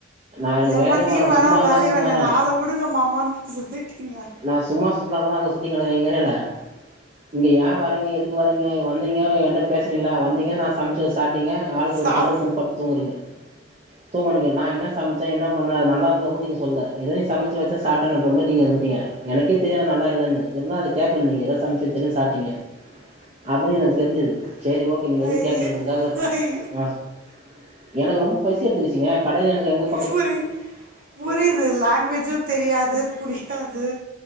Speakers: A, on the right (about 30°); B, on the right (about 45°).
A: நா எனக்கு
B: எம்மா
A: வேலையே
B: நீயு வேணா
A: சும்மா
B: உ
A: இருந்தாலு
B: வேலையு
A: சும்மாதா
B: வேணா என்ன ஆள வுடுங்க மாமான் சொல்லிட்டீங்ளா
A: நா சும்மா சுத்தினா கூட அங்க சுத்தின்கடகறே எங்க ஏரியால இங்க ஏ வரீங்க எதுக்கு வரீங்க வந்தீங்க என்ட பேசுனிங்களா வந்தீங்க நா சம்ச்சு வெச் சாட்டிங்க ஆளுக்கு
B: சாப்
A: ஒரு செல் எடுத்துன் பத் தூங்குறீங்க தூங்கனீங்க நா என்னச் சம்ச்சே என்னாப் பண்ண அது நல்லாந்ததா கூட நீங்க சொல்ல எதோ நீ சமச்சு வெச்சாச் <unintelligible> நீங்க இருந்துட்டிங்க எனக்கே தெரியு அது நல்லா இல்லன்னு இருந்தா அத கேக்கல் நீங்க எதாது சம்ச்சு வெச்சற சாப்ட்டீங்க அப்டி எனக்கு தெரிஞ்சது சேரி ஓகே நீங்க எதுவு
B: ஐயோ
A: கேக்கலன்றதுக்காக
B: ஐயோ
A: ஆச் எனக்கு ரொம்ப பசி எட்த்துக்குச்சிங்க கடைல எனக்கு எங்கப்
B: புரி புரியுது லாங்குவேஜு தெரியாது புரியாது